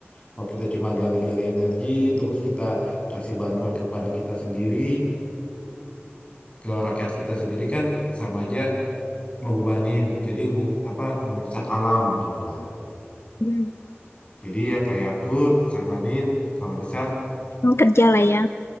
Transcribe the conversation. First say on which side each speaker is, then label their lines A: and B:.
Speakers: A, on the left (about 25°); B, on the left (about 65°).
A: Kalau kita cuma gali-gali energi, terus kita kasih bantuan kepada kita sendiri, ke rakyat kita sendiri kan sama aja ngebebanin. Jadi ngu- apa merusak alam gitulah.
B: Hmm.
A: Jadi ya kayak aku saranin kalau bisa
B: Emang kerja lah ya.